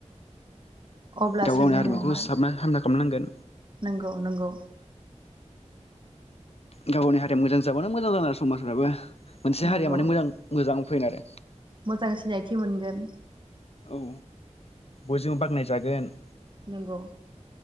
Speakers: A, on the right; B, on the left.
A: अब्लासो
B: गाव गावनि
A: जोङो
B: हारिमुखौ
A: मा
B: सिथाबना हामना खालामनांगोन
A: नंगौ नंगौ
B: गाव गावनि हारिया मोजां जाबानो मोजां जागोन आरो समाजफ्राबो मोनसे
A: नंगौ
B: हारिया माने मोजां मोजां फैन आरो
A: मोजां सिनायथि मोनगोन
B: औ बयजोंबो बाखनाय जागोन।
A: नंगौ।